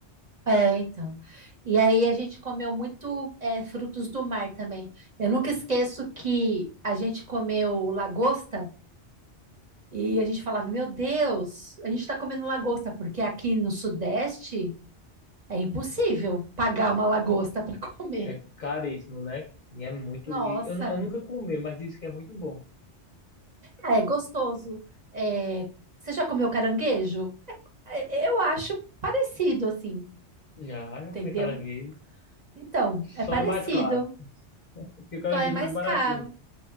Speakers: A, on the right; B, on the left.
A: é, então. E aí a gente comeu muito, é, frutos do mar também. Eu nunca esqueço que a gente comeu lagosta E a gente falava, meu Deus, a gente está comendo lagosta, porque aqui no Sudeste é impossível pagar uma lagosta para <laughs> comer.
B: É caríssimo, né? E é muito.
A: Nossa,
B: e eu, nu- eu nunca comi, mas disse que é muito bom.
A: ah, é gostoso. É, você já comeu caranguejo? É, é, Eu acho parecido, assim,
B: Já, já
A: entendeu?
B: comi caranguejo.
A: Então, é parecido,
B: Só é mais caro. Porque caranguejo
A: só é mais
B: é bem baratinho.
A: caro.